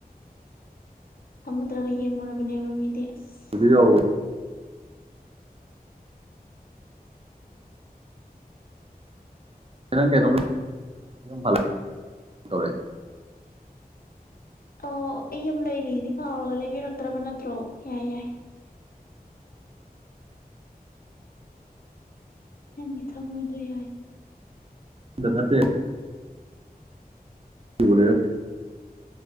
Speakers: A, on the left; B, on the right.
A: ꯁꯃꯨꯗ꯭ꯔꯒ ꯌꯦꯡꯉꯨꯔꯕꯅꯦꯕ ꯃꯤꯗꯤ ꯑꯁ
B: ꯌꯧꯔꯦ ꯅꯪ ꯀꯩꯅꯣꯝ ꯌ ꯐ ꯇꯧꯔꯛꯏ
A: ꯑꯣ ꯑꯩ ꯑꯃ ꯂꯩꯔꯤꯗꯤ ꯀꯥꯎꯔꯒ ꯂꯩꯕꯤꯔꯛꯇ꯭ꯔꯕ ꯅꯠꯇ꯭ꯔꯣ ꯌꯥꯏ ꯌꯥꯏ ꯅꯪꯒꯤ ꯊꯃꯣꯏꯗꯣ ꯌꯥꯏ
B: ꯅꯠꯇꯦ ꯕꯨꯔ